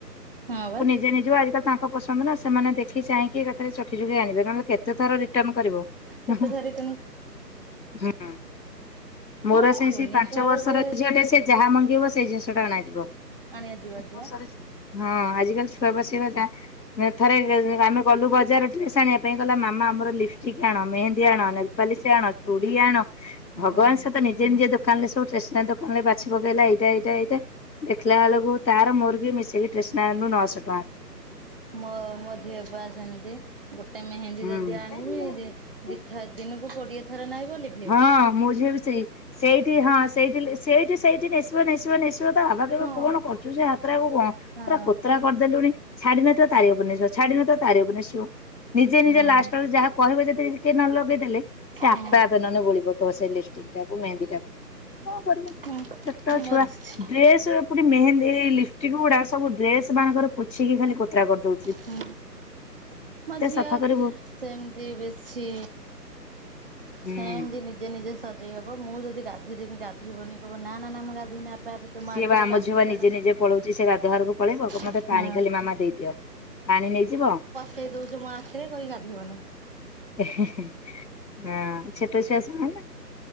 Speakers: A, on the right (about 35°); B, on the left (about 85°).
A: ହଁ ବା।
B: ଯେ ନେଇଯିବ ଆଜିକାଲ ତାଙ୍କ ପସନ୍ଦ ନା ସେମାନେ ଦେଖ ଖି ଚାଁହିକି ଏକା ଥରେ ଚଖି ଚଖି ଆଣିବେ ନହେଲେ କେତେ ଥର ରିଟନ୍ କରିବୁ
A: କେତେ
B: ଉଁ ହୁଁ।
A: ଧରି ଟେନି
B: ଝ ଆଁ। ମୋର
A: ବା
B: ସେ
A: କୁନି
B: ସେ ପାଞ୍ଚ
A: ଛୁଆ
B: ବର୍ଷର
A: ଟା ସେ
B: ଝିଅଟେ ସେ ଯାହା ମଗେଇବ ସେଇ ଜିନିଷ ଟା ଅଣାଯିବ
A: ଆଣିବା ଯିବା ଯିବା
B: ବର୍ଷାରେ ହଁ ଆଜିକାଲି ଛୁଆବସିବା ଗାଁ ଥରେ ଆମେ ଗଲୁ ବଜାର ଡ୍ରେସ ଆଣିବା ପାଇଁ ଗଲା ମାମା ଆମର ଲିପଷ୍ଟିକ୍ ଆଣ ମେହେନ୍ଦୀ ଆଣ, ନେଲପାଲିସ୍ ଆଣ, ଚୁଡି ଆଣ
A: ହଁ
B: ଭଗବାନ ସେତ ନିଜେ ନିଜେ ଦୋକାନ ରେ ସବୁ ଟେସନାରୀ ଦୋକା ନରେ ବାଛି ପକେଇଲା ଏଇଟା ଏଇଟା ଏଇଟା ଦେଖିଲା ବେଳକୁ ତାର ମୋରିକି ମିଶିକି ଟ୍ରେସନୁ ନସ
A: ମୋ ମୋ ଝିଅପା ସେମିତି ଗୋଟେ ମେହେନ୍ଦୀ
B: ହୁଁ।
A: ଯଦି ଆଣିବି ଦି ଥ ଦିନକୁ କୋଡିଏ ଥର ନାଇଁବ ଲିପ
B: ହଁ ମୋ ଝିଅ ବି ସେଇ ସେଇଠି ହଁ ସେଇଠି ଲିପ୍ ସେଇଠି ସେଇଠି ନେଶିବ ନେଶିବ ନେଶିବ ତା ବାବା କହିବ
A: ହଁ
B: କଣ କରୁଛୁ ସେ ହାତଟା କଣ ପୁରା
A: ହଁ
B: କୋତରା କରିଦେଲୁଣି ଛାଡି ନଥିବ ତାରି ଓପରେ ନେସିବ ଛାଡି ନ ଥିବ ତାରି ଓପରେ ନେସିବ, ନିଜେ
A: ହଁ
B: ନିଜେ
A: ବା
B: ଲାଷ୍ଟ ବେଳକୁ ଯାହାକୁ କହିବ ଯେଦି କିଏ ନ ଲଗେଇଦେଲେ ସେ
A: ହଁ
B: ଆ ଆପେ ଆପେ ନହେନେ ବୋଳି ପକେଇବ ସେ ଲପିଷ୍ଟିକ୍ ଟାକୁ ମେହେନ୍ଦୀ ଟାକୁ କଣ କରିବ
A: ହଁ
B: ଛୋଟ
A: ମୋ
B: ଛୁଆ।
A: ଝି
B: ଡ୍ରେସ୍ ଅରା ପୁଣି ମେହେନ୍ଦି ଏଇ ଲିପଷ୍ଟିକ ଗୁଡ଼ା ସବୁ ଡ୍ରେସ ମାନଙ୍କରେ ପୋଛିକି ଖାଲି କୋତରା କରିଦଉ
A: ହଁ ମୋ ଝିଅ
B: ସଫା କରିବୁ
A: ସେମିତି ବେଶୀ
B: ହୁଁ।
A: ସେମତି ନି ନିଜେ ନିଜେ ସଜେଇ ହବ ମୁଁ ଯଦି ଗାଧୋଇ ଦେମି ଗାଧେଇବନି କଇବ ନା ନା ମୁଁ ଗାଧେଇମି ଆପେ ଆପେ ତୁ
B: ସିଏ
A: ମୋ ଆଖିରେ
B: ବା ଆମ
A: ସାବୁନ
B: ଝିଅ ବା ନିଜେ
A: ଫେଣ
B: ନିଜେ ପଳଉଛି ସେ ଗାଧୁଆଘରକୁ ପଳେଇବ କ ମୋତେ
A: ହଁ
B: ପାଣି ଖାଲି ମାମା ଦେଇଦିଅ ପାଣି ନେଇଯିବ
A: କେଇ ଦୋଉଚୁ ମୋ ଆଖିରେ କହିକି ଗାଧେଇବନି।
B: ଏ ହେ ହେ ହଁ ଛୋଟ ଛୁଆ ସେମାନେ,